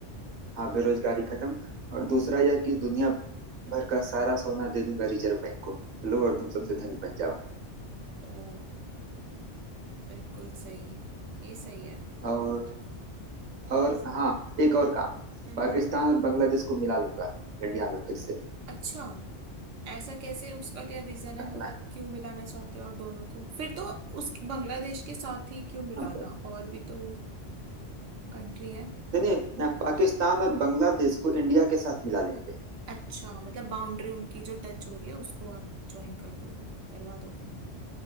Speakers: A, on the right; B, on the right.
A: हाँ बेरोजगारी खत्म और
B: हम्म
A: दूसरा यह कि दुनिया भर का सारा सोना दे दूंगा रिजर्व बैंक को लो और तुम
B: हम्म
A: सबसे धनी बन जाओ
B: ओ बिल्कुल सही ये सही है
A: और और हाँ एक और काम
B: हम्म,
A: पाकिस्तान
B: हम्म।
A: और बांग्लादेश को मिला लूंगा इंडिया में फिर से
B: अच्छा ऐसा कैसे उसका क्या रीजन है
A: अपना
B: मतलब क्यों मिलाना चाहते हो आप दोनों को फिर तो उस बांग्लादेश के साथ ही क्यों मिलाना
A: अब
B: और भी तो कंट्री है
A: नहीं नहीं ना, पाकिस्तान और बांग्लादेश को इंडिया के साथ मिला लेंगे
B: अच्छा मतलब बाउंड्री उनकी जो टच हो रही है उसको आप ज्वाइन कर दोगे करवा दोगे